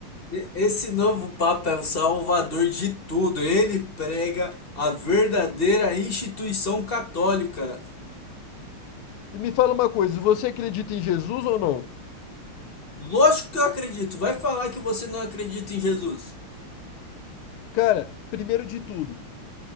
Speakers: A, on the left (about 30°); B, on the left (about 80°).
A: E- Esse novo Papa é o salvador de tudo. Ele prega a verdadeira instituição católica.
B: E me fala uma coisa, você acredita em Jesus ou não?
A: Lógico que eu acredito. Vai falar que você não acredita em Jesus.
B: Cara, primeiro de tudo,